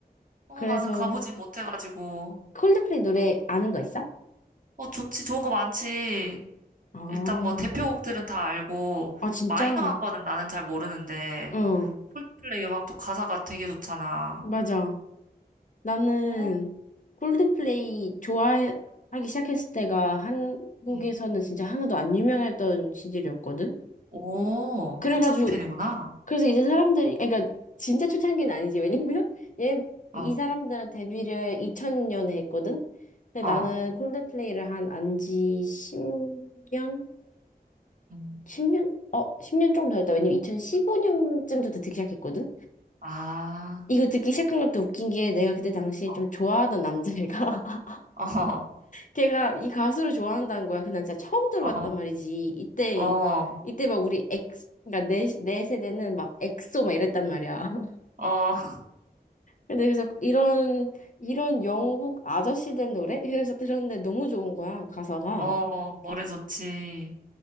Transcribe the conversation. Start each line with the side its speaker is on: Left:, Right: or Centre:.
Right: 어,
Left: 그래서
Right: 나는 가보진 못해가지고.
Left: 콜드플레이 노래 아는 거 있어?
Right: 어, 좋지. 좋은 거 많지.
Left: 아,
Right: 일단 뭐 대표곡들은 다 알고,
Left: 아, 진짜?
Right: 마이너한 거는 나는 잘 모르는데,
Left: 어,
Right: 콜드플레이 음악도 가사가 되게 좋잖아.
Left: 맞아. 나는
Right: 어?
Left: 콜드플레이 좋아하기 시작했을 때가 한국에서는
Right: 응.
Left: 진짜 하나도 안 유명했던 시절이었거든?
Right: 오,
Left: 그래가지고,
Right: 초창기 팬이구나.
Left: 그래서 이제 사람들이, 그러니까 진짜 초창기는 아니지. 왜냐면, <laughs> 얘,
Right: 어,
Left: 이 사람들은 데뷔를 2000년에 했거든? 근데
Right: 어.
Left: 나는 콜드플레이를 한 안지 10년?
Right: 음.
Left: 10년? 어, 10년 조금 더 했다. 왜냐면 2015년쯤부터 듣기 시작했거든?
Right: 아,
Left: 이거 듣기 시작한 것도 웃긴 게 내가 그때 당시에
Right: 어,
Left: 좀 좋아하던 남자애가 <laughs>
Right: 어,
Left: 걔가 이 가수를 좋아한다는 거야. 근데 난 진짜 처음 들어봤단
Right: 어,
Left: 말이지. 이때
Right: 어,
Left: 이때 막 우리 엑 그러니까 내, 내 세대는 막 엑소 막 이랬단 말이야. <laughs>
Right: 어, <laughs>
Left: 근데 그래서 이런 이런 영국 아저씨들 노래? 그래서 들었는데 너무 좋은 거야, 가사가.
Right: 어, 노래 좋지.